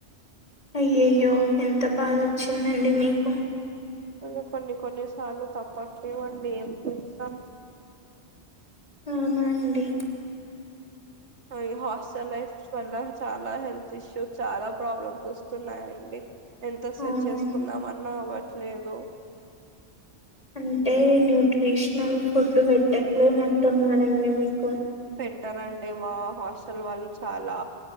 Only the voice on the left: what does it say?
అయ్యయ్యో ఎంత బాధ వచ్చిందండి మీకు
అవునండి
అవునండి
అంటే న్యూట్రిషనల్ ఫుడ్ పెట్టట్లేనట్టున్నారండి మీకు